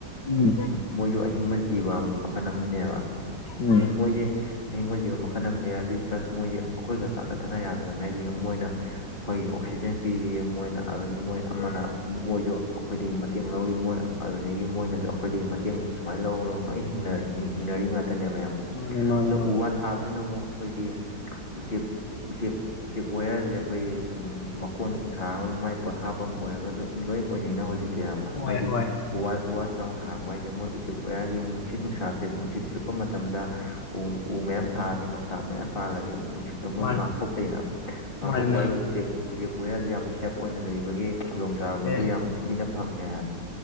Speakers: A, on the left (about 70°); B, on the left (about 30°).
A: ꯎꯝ
B: ꯃꯣꯏꯁꯨ ꯑꯍꯤꯡꯕ ꯖꯤꯕ ꯑꯃ ꯃꯈꯜ ꯑꯃꯅꯦꯕ
A: ꯎꯝ
B: ꯅꯣꯏ ꯃꯣꯏꯁꯦ ꯑꯍꯤꯡꯕꯖꯤꯕ ꯃꯈꯜ ꯑꯃꯅꯦ ꯑꯗꯨꯏ ꯄ꯭ꯂꯁ ꯃꯣꯏꯁꯦ ꯑꯩꯈꯣꯏꯒ ꯇꯥꯞꯅ ꯊꯥꯅ ꯌꯥꯗ꯭ꯔꯕꯅꯤ ꯍꯥꯏꯗꯤ ꯃꯣꯏꯅ ꯑꯩꯈꯣꯏꯒꯤ ꯑꯣꯛꯁꯤꯖꯦꯟ ꯄꯤꯔꯤꯌꯦ ꯃꯣꯏꯅ ꯍꯥꯏꯕꯗꯤ ꯃꯣꯏ ꯑꯃꯅ ꯃꯣꯏꯁꯨ ꯑꯩꯈꯣꯏꯗꯒꯤ ꯃꯇꯦꯡ ꯂꯧꯔꯤ ꯃꯣꯏ ꯑꯗꯨꯗꯒꯤ ꯃꯣꯏꯅꯁꯨ ꯑꯩꯈꯣꯏꯗꯒꯤ ꯦꯡ ꯁꯨꯃꯥꯏꯅ ꯂꯧ ꯂꯧ ꯂꯣꯏ ꯍꯤꯡꯅꯔꯤ ꯉꯥꯛꯇꯅꯦꯕ ꯑꯌꯥꯝꯕ
A: ꯃꯥꯅꯤ ꯃꯥꯅꯤ
B: ꯑꯗꯣ
A: ꯃꯥꯅꯤ
B: ꯎ ꯋꯥ ꯊꯥꯕꯁꯤꯅ ꯑꯃꯨꯛ ꯑꯩꯈꯣꯏꯒꯤ ꯎꯆꯦꯛ ꯎꯆꯦꯛ ꯎꯆꯦꯛ ꯋꯦꯌꯔꯁꯦ ꯑꯩꯈꯣꯏꯒꯤ ꯁꯨꯝ ꯃꯀꯣꯟ ꯅꯨꯡ ꯁꯥꯔꯒ ꯃꯥꯏ ꯄꯣꯊꯥꯞ ꯃꯐꯝ ꯑꯣꯏꯔꯒꯁꯨ ꯑꯗꯨ ꯂꯣꯏ ꯑꯣꯏꯅꯩꯅ ꯍꯧꯖꯤꯛꯇꯤ ꯑꯌꯥꯝꯕ
A: ꯑꯣꯏ
B: ꯍꯥꯏꯗꯤ
A: ꯑꯣꯏ ꯑꯣꯏ
B: ꯋꯥ ꯋꯥ ꯆ ꯊꯥꯔꯛꯄ ꯍꯥꯏꯏꯁꯦ ꯃꯣꯏ ꯎꯆꯦꯛ ꯀꯌꯥꯒꯤ ꯅꯨꯡꯁꯤꯠ ꯅꯨꯡꯁꯥꯥꯁꯦ ꯅꯨꯡꯁꯤꯠ ꯁꯤꯔꯛꯄ ꯃꯇꯝꯗ ꯎ ꯎ ꯃꯌꯥꯝ ꯊꯥꯔꯗꯤ ꯃꯁꯥ ꯃꯌꯥꯝ ꯄꯥꯜꯂꯗꯤ ꯅꯨꯡꯁꯤꯠꯇꯣ ꯃꯣꯏ
A: ꯃꯥꯅꯤ
B: ꯉꯥꯛꯊꯣꯛꯆꯩꯩꯅ ꯉꯥꯛꯊꯣꯛꯆꯔꯒ
A: ꯃꯥꯅꯤ ꯃꯥꯅꯤ
B: ꯎꯆꯦꯛ ꯎꯆꯦꯛ ꯎꯦꯔꯁꯨ ꯌꯥꯝ ꯁꯦꯞ ꯑꯣꯏꯅ ꯂꯩꯕꯒꯤ ꯈꯨꯗꯣꯡ ꯆꯥꯕ
A: ꯑꯦ
B: ꯑꯗꯨ ꯌꯥꯝ ꯊꯤꯅ ꯐꯪꯉꯦ ꯍꯥꯏꯕꯅ